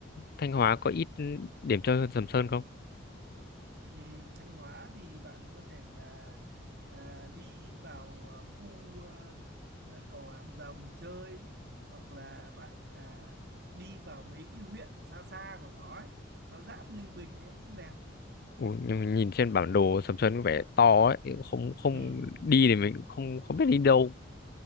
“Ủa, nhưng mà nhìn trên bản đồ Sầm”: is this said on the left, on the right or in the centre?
Left